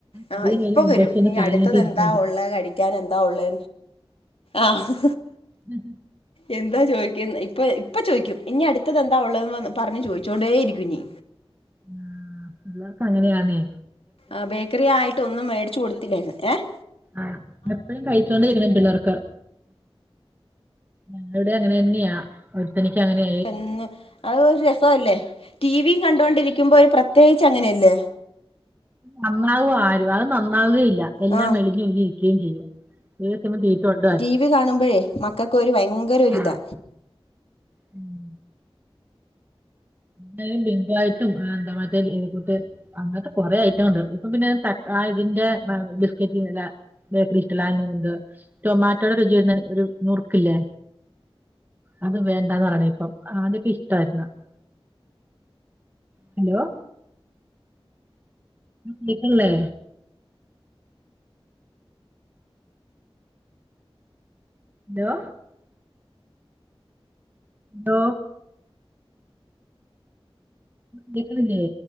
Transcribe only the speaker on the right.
ഇതും
കഴിഞ്ഞ് മുമ്പശേ
ഒന്ന്
കാല്
നീട്ടി ഇരിപ്പുണ്ട്
ഓ
ആഹ് പിള്ളേർക്ക് അങ്ങനെയാണെ
ആഹ് എപ്പഴും കഴിച്ചോണ്ടിരിക്കണം പിള്ളേർക്ക് ഞങ്ങളിവിടേം അങ്ങനെ തന്നെയാ. ഒരുത്തനിക്ക് അങ്ങനെ
നന്നാവുവോ ആരും അത് നന്നാവുകയില്ല എല്ലാം
മെലിഞ്ഞ് ഒലിഞ്ഞിരിക്കുകയും ചെയ്യും ഏത് സമയോം <unintelligible>
ആഹ് ഉം എന്തായലും ബിങ്കോ ആയിട്ടും ആഹ് എന്താ മാറ്റെലെനെ കൂട്ട് അങ്ങനത്തെ കൊറെ ഐറ്റം ഉണ്ട് ഇപ്പ പിന്നെ തക്കാ ആ ഇതിന്റെ ബിസ്ക്കറ്റ് നല്ല ബേക്കറി ഇട്ടലണ്ട് ടൊമാറ്റോയുടെ രുചി വരുന്ന ഒരു മുറുക്കില്ലേ അത് വേണ്ടാന്ന് പറയണ ഇപ്പം അതൊക്കെ ഇഷ്ടയിരുന്നു ഹലോ കേൾക്കല്ലേ ഹലോ ഹലോ കേക്കുനില്ലേ